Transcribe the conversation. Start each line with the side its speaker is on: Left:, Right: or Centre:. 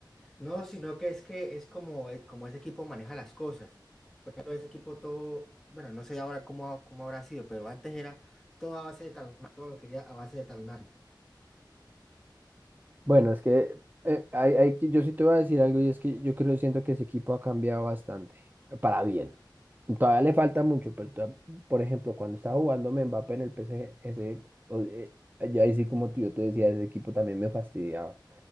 Centre: No, sino que es que es como, e- como ese equipo maneja las cosas. Pero ese equipo todo, bueno, no sé ahora cómo, ha- cómo habrá sido, pero antes era todo a base de talonario, todo lo quería a base de talonario.
Right: Bueno, es que eh, hay, hay que- yo sí te voy a decir algo y es que yo creo, siento que ese equipo ha cambiado bastante, para bien. Todavía le falta mucho, pero toda- por ejemplo, cuando estaba jugando Mbappé en el PSG, ese, o- eh, yo ahí sí como tú, yo te decía, ese equipo también me fastidiaba